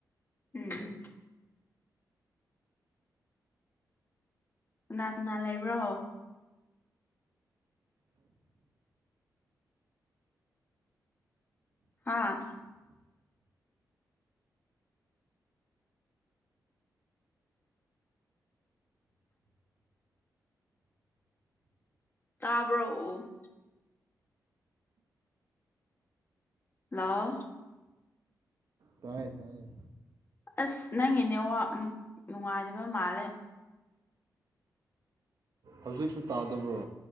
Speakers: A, on the left; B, on the right.
A: ꯎꯝ ꯀꯅꯥ ꯀꯅꯥ ꯂꯩꯕ꯭ꯔꯣ ꯍꯥꯥ ꯇꯥꯕ꯭ꯔꯣꯑꯣ ꯍꯜꯂꯣ
B: ꯇꯥꯏꯌꯦ ꯇꯥꯏꯌꯦ
A: ꯑꯁ ꯅꯪꯒꯤ ꯅꯦꯋꯥꯛ ꯅꯨꯡꯉꯥꯏꯗꯕ ꯃꯥꯜꯂꯦ
B: ꯍꯧꯖꯤꯛꯁꯨ ꯇꯥꯗꯕ꯭ꯔꯣ